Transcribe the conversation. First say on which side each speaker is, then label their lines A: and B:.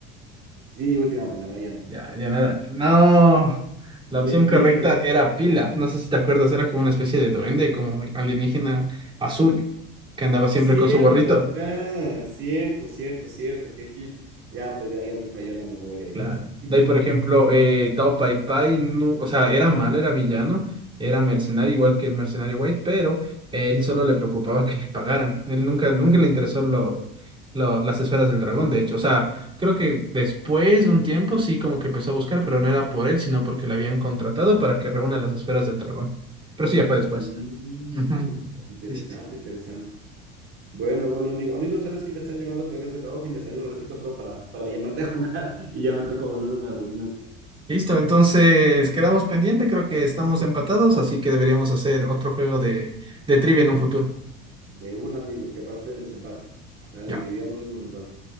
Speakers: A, on the right; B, on the right.
A: Sí, última palabra, ya no.
B: Ya, ya nada. No.
A: Mentiras,
B: La opción correcta
A: ¿no?
B: era Pilaf. No sé si te acuerdas, era como una especie de duende, como alienígena azul, que andaba siempre
A: Cierto,
B: con su gorrito.
A: ajá, cierto, cierto, cierto, qué hit. Ya, pues ya, ya me falló la memoria y
B: Claro.
A: ya. <laughs>
B: De ahí, por ejemplo, eh, Tao Pai Pai, no- o sea, era malo, era villano, era mercenario, igual que el mercenario White, pero él solo le preocupaba <laughs> que le pagaran. Él nunca, nunca le interesó lo, lo- las esferas del dragón, de hecho. O sea, creo que después de un tiempo sí como que empezó a buscar, pero no era por él, sino porque le habían contratado para que reúna las esferas del dragón. Pero sí, ya fue después.
A: Mm,
B: Ujú.
A: interesante,
B: Sí, sí.
A: interesante. Bueno, bueno, amigo. Amigo, ¿sabes que me están llamando a través de la ofi? y Me salió un ratito solo para, para llamarte a jugar <laughs> y ya me toca volver a una reunión.
B: Listo, entonces quedamos pendiente, creo que estamos empatados, así que deberíamos hacer otro juego de, de trivia en un futuro.
A: De un amigo, que para hacer el desempate. Dale,
B: Ya.
A: amigo, ya nos vemos entonces.